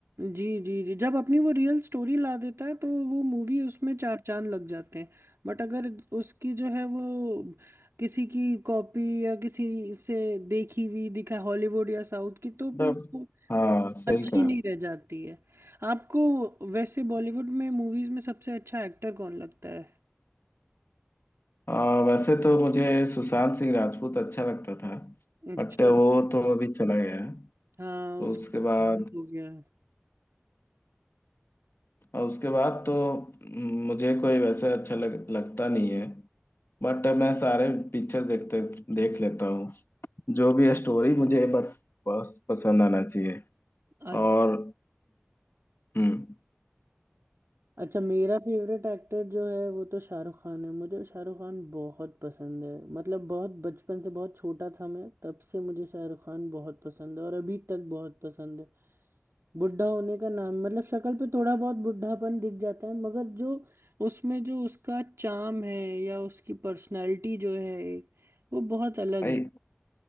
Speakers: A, on the right; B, on the left.
A: जी जी जी जब अपनी वो रियल स्टोरी ला देता है तो वो मूवी उसमें चार चांद लग जाते हैं बट अगर उसकी जो है वो किसी की कॉपी या किसी से देखी हुई दिखा हॉलीवुड या साउथ की तो
B: मतलब
A: फिर वो
B: हाँ सही
A: अच्छी
B: कहा
A: नहीं रह जाती है आपको वैसे बॉलीवुड में मूवीज में सबसे अच्छा एक्टर कौन लगता है
B: अ, वैसे तो मुझे सुशांत सिंह राजपूत अच्छा लगता था
A: अच्छा
B: बट वो तो अभी चला गया है
A: हाँ
B: तो
A: उसका
B: उसके
A: देहांत
B: बाद
A: हो गया
B: और उसके बाद तो म, मुझे कोई वैसे अच्छा लग, लगता नहीं है बट मैं सारे पिक्चर देखते देख लेता हूँ जो भी है स्टोरी मुझे बस बस पसंद आना चाहिए
A: अच्छा
B: और हम्म
A: अच्छा मेरा फेवरेट एक्टर जो है वो तो शाहरुख खान है मुझे शाहरुख खान बहुत पसंद है मतलब बहुत बचपन से बहुत छोटा था मैं तब से मुझे शाहरुख खान बहुत पसंद है और अभी तक बहुत पसंद है बुढ़ा होने का नाम मतलब शक्ल पे थोड़ा बहुत बुढ़ापन दिख जाता है मगर जो उसमें जो उसका चाम है या उसकी पर्सनालिटी जो है एक, वो बहुत अलग
B: भाई
A: है